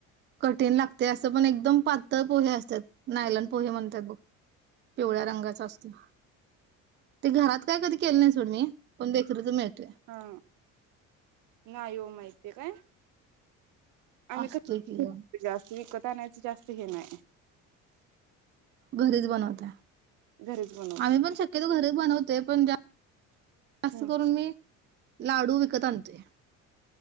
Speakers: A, on the right; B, on the right.
A: कठीण लागते असं पण एकदम पातळ पोहे असतात नायलन पोहे म्हणतात बघ पिवळ्या रंगाचा असतो. ते घरात काय कधी केलं नाही सोड मी पण बेकरीच मिळतोय
B: हा नाही येऊ माहित आहे काय आम्ही
A: असतोय
B: क
A: की ग
B: जास्त विकत आणयच जास्त हे नाही.
A: घरीच बनवताय.
B: घरीच बनवते.
A: आम्ही पण शक्यतो घरी बनवतोय पण. अस
B: हम्म
A: करून मी लाडू विकत आणते.